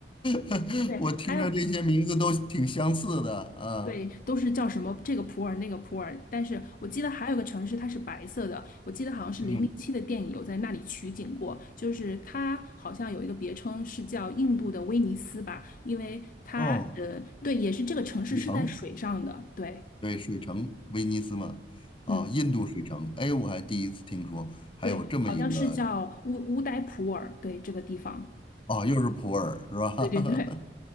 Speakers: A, on the left; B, on the left.
A: <laughs>
B: 对，
A: 我听着这些名字都挺相似的，
B: 还有。
A: 啊，
B: 对，都是叫什么这个普洱那个普洱，但是我记得还有个城市它是白色的，我记得好像是《零零七》的电影有在那里取景过，
A: 嗯，
B: 就是它好像有一个别称是叫印度的威尼斯吧，因为它呃对，
A: 哦，
B: 也是这个城市是在水上的，
A: 北城。
B: 对，
A: 对，水城，威尼斯嘛，啊，
B: 嗯，
A: 印度水城，哎，我还第一次听说还有这么一个，
B: 对，好像是叫乌乌代普洱，对这个地方，
A: 哦，又是普洱是吧？
B: 对对对。